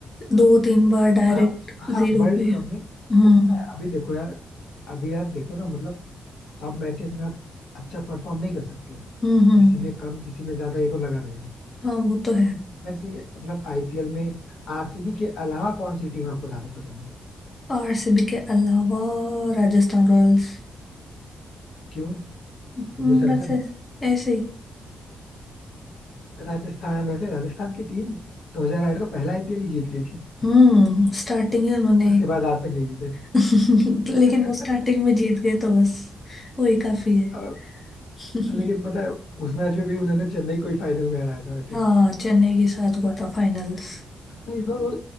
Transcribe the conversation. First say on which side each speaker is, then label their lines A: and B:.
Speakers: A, on the left (about 25°); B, on the left (about 70°).
A: दो तीन बार डायरेक्ट
B: हाँ हाँ
A: जीरो
B: वर्ल्ड
A: पे
B: कप में
A: हम्म
B: होता है अभी देखो यार अभी यार देखो ना मतलब सब मैचेस में आप अच्छा परफॉर्म नहीं कर सकते
A: हम्म हम्म,
B: किसी में कम किसी में ज्यादा ये को लगा रहेगा
A: हाँ वो तो है
B: वैसे मतलब आईपीएल में आरसीबी के अलावा कौन सी टीम आपको ज्यादा पसंद है
A: आरसीबी के अलावा राजस्थान रॉयल्स
B: क्यों
A: हम्म
B: संजू सैमसन
A: बस ऐसे ऐसे ही
B: राजस्थान वैसे राजस्थान की टीम 2008 का पहला आईपीएल ही जीत गई
A: हम्म स्टार्टिंग ही उन्होंने
B: उसके बाद आज तक नहीं जीते
A: <laughs> लेकिन
B: <laughs>
A: वो स्टार्टिंग में जीत गए तो बस वही काफी है
B: और
A: <laughs>
B: लेकिन पता है उस मैच में भी उन्होंने चेन्नई को ही फाइनल में हराया था वैसे
A: हाँ चेन्नई के साथ हुआ था फाइनल्स
B: अच्छा इस बार वो